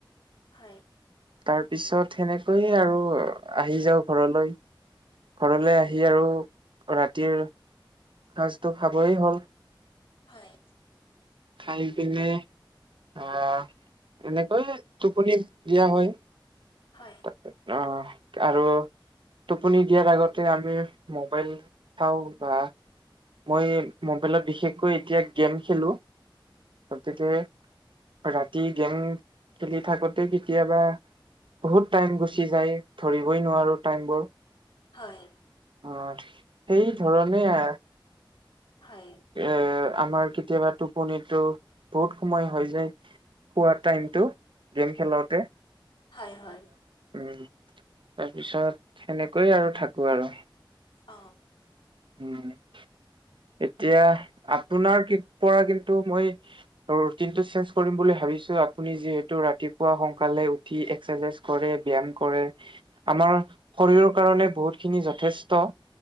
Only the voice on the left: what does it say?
হয়।
হয়।
হয়।
হয়।
হয়।
হয়, হয়।
অ।